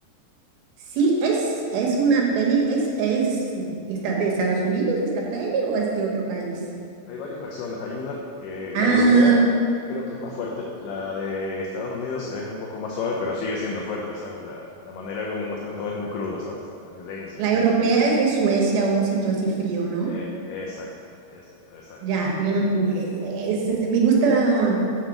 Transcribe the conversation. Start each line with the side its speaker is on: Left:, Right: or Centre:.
Right: Sí, es, es una peli, es, es, ¿está de Estados Unidos esta peli o es de otro país?
Left: Hay varias versiones. Hay una que
Right: Ah,
Left: la europea creo que es más fuerte. La de Estados Unidos es un poco más suave, pero sigue siendo fuerte, ¿sabes? La, la manera como muestran todo es muy crudo, ¿sabes? La violencia
Right: la
Left: y todo
Right: europea
Left: el tema.
Right: es de Suecia o un sitio así frío, ¿no?
Left: Eh, exacto, exacto, esa es.
Right: Ya, yo no, eh, es- es- me gusta